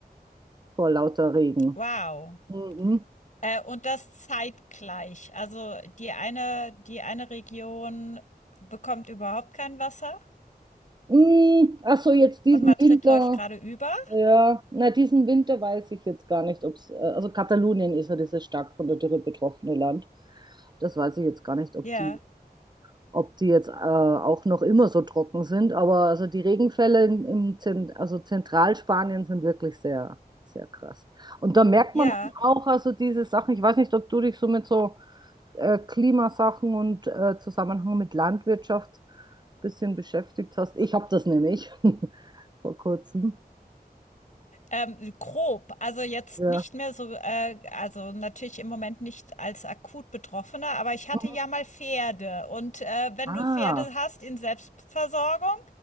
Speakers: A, on the right; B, on the left.
A: vor lauter Regen.
B: wow.
A: Mhm.
B: Äh, und das zeitgleich. Also die eine, die eine Region bekommt überhaupt kein Wasser
A: Mm, ach so, jetzt diesen
B: und Madrid
A: Winter.
B: läuft gerade über.
A: Ja, na, diesen Winter weiß ich jetzt gar nicht, ob es, also Katalonien ist ja dieses stark von der Dürre betroffene Land. Das weiß ich jetzt gar nicht, ob
B: Ja,
A: die ob die jetzt äh, auch noch immer so trocken sind. Aber also die Regenfälle in, im Zent also Zentralspanien sind wirklich sehr, sehr krass. Und da merkt
B: ja,
A: man dann auch also diese Sachen. Ich weiß nicht, ob du dich so mit so äh, Klimasachen und äh, Zusammenhang mit Landwirtschaft ein bisschen beschäftigt hast. Ich habe das nämlich <laughs> vor kurzem.
B: ähm, grob. Also, jetzt
A: Ja.
B: nicht mehr so äh, also, natürlich im Moment nicht als akut Betroffener, aber ich hatte
A: Mhm.
B: ja mal Pferde und, äh, wenn
A: Ah,
B: du Pferde hast in Selbstversorgung